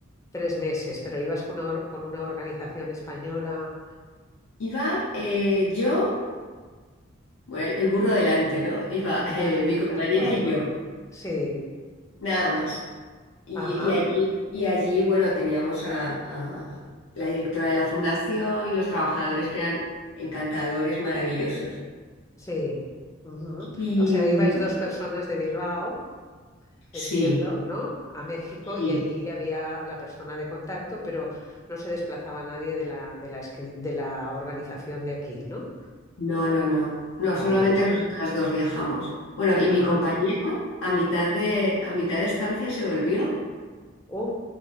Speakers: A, on the left (about 15°); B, on the left (about 85°).
A: Tres meses, pero ibas con una, or- con una organización española.
B: Iba eh, yo, bueno, el, el burro delante, ¿no? Iba eh,
A: Ah,
B: mi compañera
A: ah, bueno,
B: y yo,
A: sí,
B: nada más. Y,
A: ajá,
B: y allí, y allí, bueno, teníamos a, a la directora de la fundación y los trabajadores que eran encantadores, maravillosos.
A: sí. ujú.
B: Y
A: O sea,
B: mm,
A: ibais dos personas de Bilbao
B: sí,
A: entiendo, ¿no? A México
B: sí.
A: y allí había la persona de contacto, pero no se desplazaba nadie de la, de la, escri- de la organización de aquí, ¿no?
B: No, no, no. No,
A: Vale,
B: solamente nosotras dos viajamos. Bueno, y
A: ajá.
B: mi compañera a mitad de, a mitad de estancia se volvió.
A: Uh,